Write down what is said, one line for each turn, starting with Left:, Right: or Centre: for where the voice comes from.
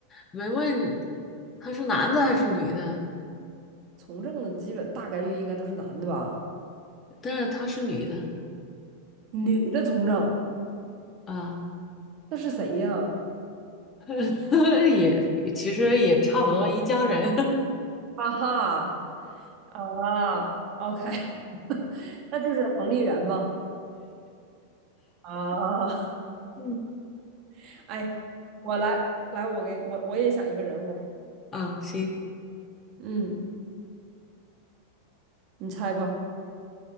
Left: 没问他是男的还是女的。
Right: 从政的基本大概率应该都是男的吧？
Left: 但是她是女的
Right: 女的从政，
Left: 啊，
Right: 那是谁呀？
Left: <laughs> 也也其实也差不多一家人
Right: 啊哈啊，OK，<laughs> 那就是彭丽媛吗？啊，
Left: <laughs> 嗯，
Right: <laughs> 哎，我来来，我给我我也想一个人物，
Left: 啊。行，
Right: 嗯，你猜吧。